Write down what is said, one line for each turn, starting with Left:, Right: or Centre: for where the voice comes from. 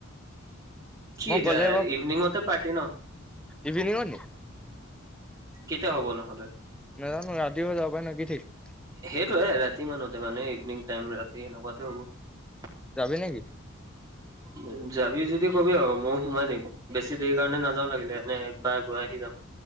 Right: কি
Centre: মই
Right: যায়
Centre: গ'লে বাৰু
Right: ইভিনিংতে পাৰ্টি ন।
Centre: ইভিনিঙত নি
Right: কেতিয়া হ'ব নহ'লে।
Centre: নাজানো নো ৰাতি হৈ যাব পাৰে ন কি থিক।
Right: সেইটোয়ে ৰাতি মানতে মানে ইভিনং টাইম ৰাতি সেনেকুৱাতে হ'ব।
Centre: যাবি নেকি
Right: যাবি যদি কবি আৰু ময়ো সোমাই দিম বেছি দেৰি কাৰণে নাযাওঁ লাগিলে এনে একবাৰ গৈ আহি যাম।